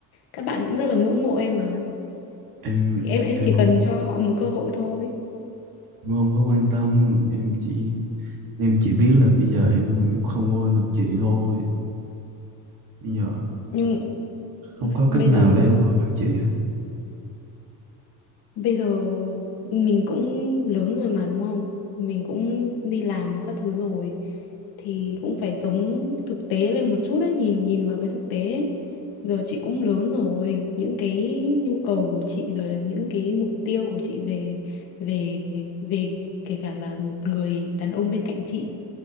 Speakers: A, on the left (about 65°); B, on the right (about 60°).
A: các bạn cũng rất là ngưỡng mộ em mà
B: Em
A: thì em em
B: em
A: chỉ cần
B: không
A: cho họ một cơ hội thôi
B: em không có quan tâm, em chỉ em chỉ biết là bây giờ em em không quên được chị thôi. Bây giờ
A: nhưng
B: không có cách
A: bây
B: nào
A: giờ
B: để em qua được chị hết
A: Bây giờ mình cũng lớn rồi mà đúng không? Mình cũng đi làm các thứ rồi thì cũng phải sống thực tế lên một chút ấy, nhìn nhìn vào cái thực tế. ấy. Giờ chị cũng lớn rồi, những cái nhu cầu của chị rồi là những cái mục tiêu của chị về về về, về kể cả là một người đàn ông bên cạnh chị